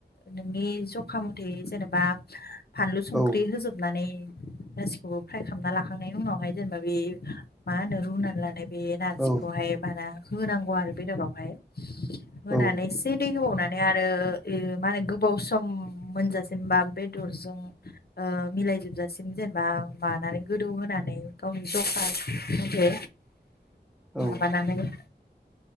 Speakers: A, on the left; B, in the centre.
A: नोंनि जखा मथै जेनेबा फानलु, संख्रि
B: औ
A: होजोबनानै गासिखौबो फ्राय खालामना लाखांनायनि उनावहाय जेनेबा बे मा होनो रुना ला नाय बे नार्जिखौहाय
B: औ
A: मा होनांगौ आरो बेदाबावहाय होनानै
B: औ
A: एसे दै होबावनानै आरो ओ मा‌होनो गोबाव सम मोनजासिम बा बेदरजों ओ मिलाय जोबजासिम जेनेबा मानानै गोदौ होनोनानै गावनि जखा मथे
B: औ
A: माबानानै